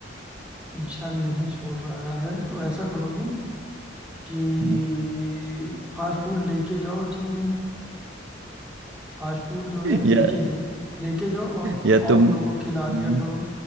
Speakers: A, in the centre; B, on the right.
A: पीछा नहीं छोड़ रहा है तो ऐसा करो तुम कि
B: <laughs>
A: फास्ट फूड लेके जाओ जिम में फास्ट फूड जो है लेके
B: यार
A: जाओ लेके जाओ और
B: या
A: और
B: तुम
A: लोगों
B: तुम
A: को खिला दिया करो